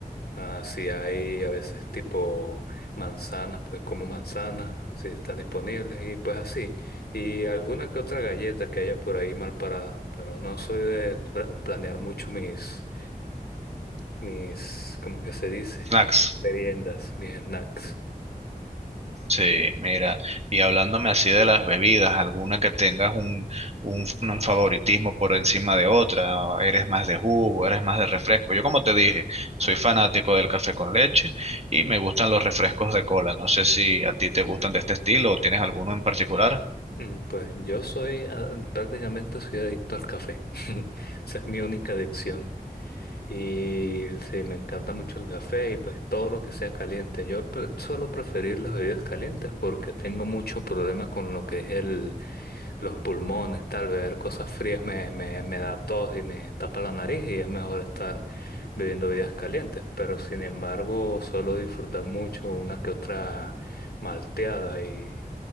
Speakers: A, on the left; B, on the right.
A: Ah, si hay a veces tipo manzanas, pues como manzanas, si están disponibles y pues así. Y alguna que otra galleta que haya por ahí mal parada, pero no soy de pla- planear mucho mis, mis, ¿cómo que se dice?
B: Snacks.
A: Meriendas, mis snacks.
B: Sí, mira, y hablándome así de las bebidas, ¿alguna que tengas un, un, un favoritismo por encima de otra? ¿O ¿Eres más de jugo, eres más de refresco? Yo como te dije, soy fanático del café con leche y me gustan los refrescos de cola. No sé si a ti te gustan de este estilo o tienes alguno en particular.
A: Mm, Pues yo soy, ah, prácticamente soy adicto al café. <laughs> Esa es mi única adicción. Y sí, me encanta mucho el café y pues todo lo que sea caliente. Yo pre- suelo preferir las bebidas calientes porque tengo mucho problema con lo que es el, los pulmones, tal vez cosas frías me, me, me da tos y me tapa la nariz y es mejor estar bebiendo bebidas calientes. Pero sin embargo, suelo disfrutar mucho una que otra malteada y